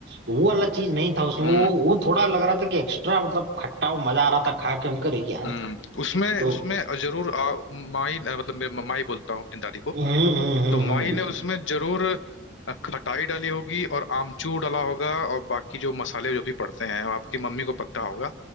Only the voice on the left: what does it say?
हम्म
हम्म उसमें
उसमें जरूर आ, माई मतलब मैं माई बोलता हूँ अपनी दादी को
तो माई
ने उसमें जरूर खटाई डाली होगी और आमचूर डाला होगा और बाकी जो मसाले जो भी पड़ते हैं वो आपकी मम्मी को पता होगा